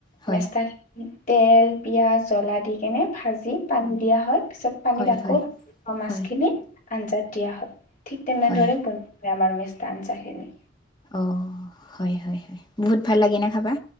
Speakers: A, on the left (about 25°); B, on the left (about 40°).
A: হয়
B: মেষ্টাখিনি তেল পিঁয়াজ জ্বলা দিকেনে ভাজি পানী দিয়া হয়। তাৰপিছত পানীত
A: হয়
B: আকৌ
A: হয়
B: মাজখিনি
A: হয়
B: আঞ্জাত দিয়া হয় ঠিক তেনেদৰে
A: হয়
B: বন- আমাৰ মেষ্টা আঞ্জাখিনি
A: অ হয় হয় হয় বহুত ভাল লাগে না খাবা।